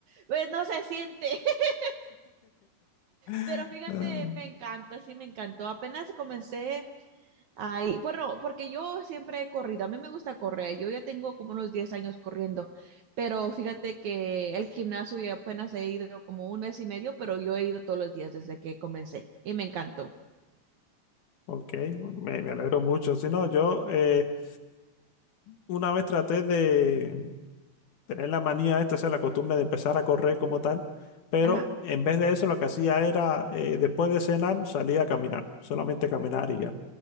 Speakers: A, on the right; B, on the left.
A: pues no se siente, <laughs>
B: Ah,
A: pero fíjate, me encanta, sí, me encantó. Apenas comencé. Ay, bueno, porque yo siempre he corrido, a mí me gusta correr, yo ya tengo como unos 10 años corriendo, pero fíjate que el gimnasio ya apenas he ido como un mes y medio, pero yo he ido todos los días desde que comencé y me encantó.
B: Ok, me, me alegro mucho. Si no, yo eh, una vez traté de tener la manía esta, o sea, la costumbre de empezar a correr como tal, pero
A: Ajá,
B: en vez de eso lo que hacía era, eh, después de cenar, salía a caminar, solamente caminar y ya.